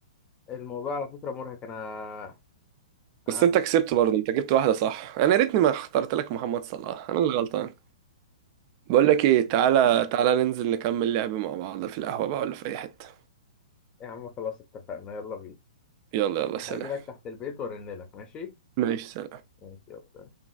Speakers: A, on the left; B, on the right.
A: الموضوع على فكره مرهق انا
B: بس
A: أنا-
B: انت كسبت برضه انت جبت واحدة صح انا يا ريتني ما اخترت لك محمد صلاح انا اللي غلطان بقول لك ايه تعالى تعالى ننزل نكمل لعب مع بعض في القهوة بقى ولا في اي حتة
A: يا عم خلاص اتفقنا يلا بينا
B: يلا يلا سلام
A: هاجي لك تحت البيت وارن لك ماشي
B: ماشي سلام
A: ماشي يلا